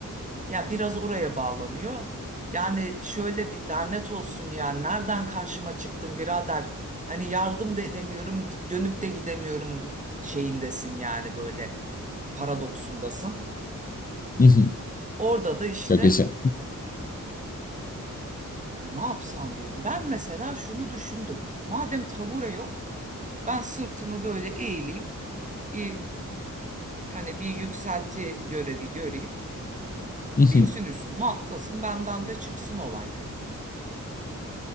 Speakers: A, on the right; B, on the left.
A: Yani biraz oraya bağlanıyor. Yani şöyle bir lanet olsun yani nereden karşıma çıktın birader? Hani yardım da edemiyorum, dönüp de gidemiyorum şeyindesin yani böyle paradoksundasın.
B: <laughs>
A: Orada da işte
B: Çok yaşa.
A: "E, ne yapsam diyor. Ben mesela şunu düşündüm. Madem tabure yok, ben sırtımı böyle eğileyim. Bir hani bir yükselti görevi göreyim.
B: <laughs>
A: Binsin üstüme atlasın benden de çıksın olay dedim. Hani.